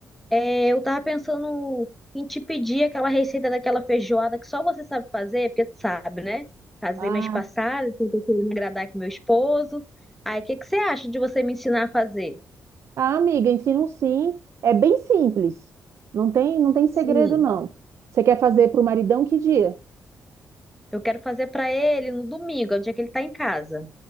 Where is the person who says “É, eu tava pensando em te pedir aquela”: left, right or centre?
Centre